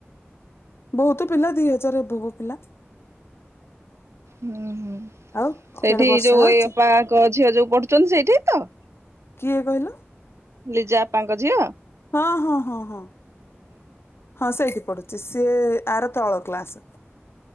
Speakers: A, on the left (about 65°); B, on the right (about 85°).
A: ବହୁତ ପିଲା ଦି ହଜାର ଏଭବ ପିଲା।
B: ହୁଁ ହୁଁ
A: ଆଉ
B: ସେଇଠି
A: ସିଆଡେ ବର୍ଷା
B: ଯୋଉ
A: ହଉଛି
B: ଏଇ ଅପାଙ୍କ ଝିଅ ଯୋଉ ପଢୁଛନ୍ତି ସେଇଠି ତ?
A: କିଏ କହିଲ?
B: ଲିଜା ଅପାଙ୍କ ଝିଅ
A: ହଁ ହଁ ହଁ ହଁ ହଁ ସେଇ ପଢୁଛି ସିଏ ଆର ତଳ କ୍ଲାସ।